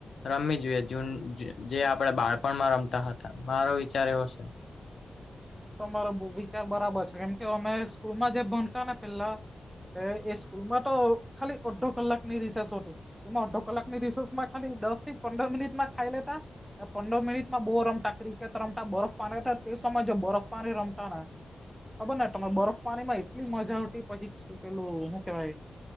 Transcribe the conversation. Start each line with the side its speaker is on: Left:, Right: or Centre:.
Left: રમવી જોઈએ જૂન જે આપણે બાળપણમાં રમતા હતા મારો વિચાર એવો છે
Centre: તમારો વિચાર બરાબર છે કેમ કે અમે સ્કૂલમાં જે ભંણતા ને પેલા તે એ સ્કૂલ માં તો ખાલી અડધો કલાક ની રશેષ હોતી એમાં અડધો કલાકની રિસોસમાં ખાલી દસ થી પંદર મિનિટમાં ખાઈ લેતા ને પંદર મિનિટમાં બો રમતા ક્રિકેટ રમતા બરફ પાની તે સ માં ને જે બરફ પાણી રમતા ને ખબર ને તમારે બરફ પાણી માં એટલી મજા આવતી પછી પેલું હું કેવાય